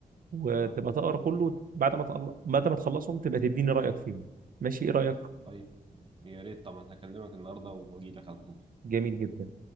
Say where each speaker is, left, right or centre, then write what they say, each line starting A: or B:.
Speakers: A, on the right (about 65°); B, on the right (about 35°).
A: وتبقى
B: اه
A: تقرا كله بعد ما تقل... بعد ما تخلصهم تبقى تديني رأيك فيهم ماشي ايه رأيك
B: طيب يا ريت طبعا هكلمك النهارده واجي لك على طول
A: جميل جدا